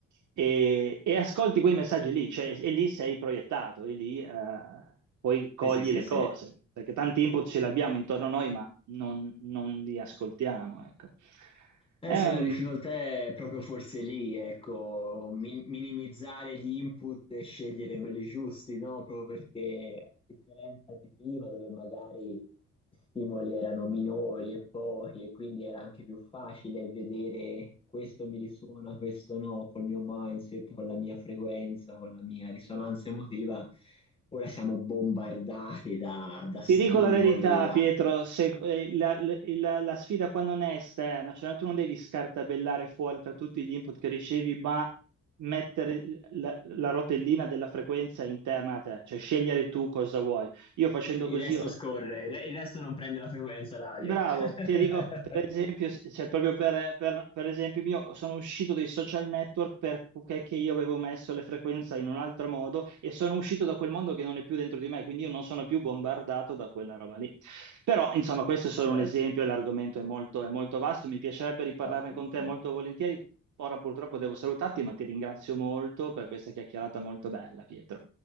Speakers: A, on the right; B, on the left.
A: e, e ascolti quei messaggi lì, cioè, e lì sei proiettato, e lì eh, poi cogli
B: sì, sì, sì,
A: le
B: sì.
A: cose, perché tanti input ce li abbiamo intorno a noi, ma non, non li ascoltiamo, ecco.
B: Eh
A: Ehm,
B: sì, la difficoltà è proprio forse lì, ecco, mi- minimizzare gli input e scegliere quelli giusti, no? Proprio perché a differenza di prima, dove magari gli stimoli erano minori e pochi, e quindi era anche più facile vedere questo mi risuona, questo no, col mio mindset, con la mia frequenza, con la mia risonanza emotiva. Ora siamo bombardati da, da stimoli,
A: Ti dico la verità, Pietro, se- eh, la, la- la- la sfida qua non è esterna, cioè no, tu non devi scartabellare fuori tra tutti gli input che ricevi, ma mettere la, la rotellina della frequenza interna a te, cioè scegliere tu cosa vuoi. Io facendo
B: il
A: così
B: resto
A: ho
B: scorre, il re- il resto non prende la frequenza radio.
A: Bravo,
B: <laughs>
A: ti dico per esempio, s- cioè, proprio per, per- per esempio mio, sono uscito dai social network perché che io avevo messo le frequenze in un altro modo e sono uscito da quel mondo che non è più dentro di me, quindi io non sono più bombardato da quella roba lì. Però, insomma, questo è solo
B: Certo,
A: un esempio, l'argomento è molto, è molto vasto, mi piacerebbe riparlarne
B: bassissimo.
A: con te molto volentieri. Ora purtroppo devo salutarti, ma ti ringrazio molto per questa chiacchierata molto bella, Pietro.